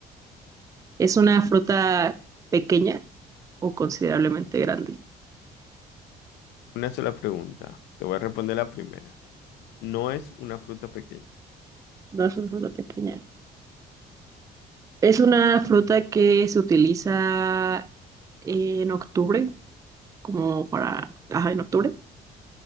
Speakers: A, on the right; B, on the left.
A: es una fruta pequeña o considerablemente grande.
B: Una sola pregunta. Te voy a responder la primera. No es una fruta pequeña.
A: No es una fruta pequeña. Es una fruta que se utiliza en octubre, como para, ajá, en octubre.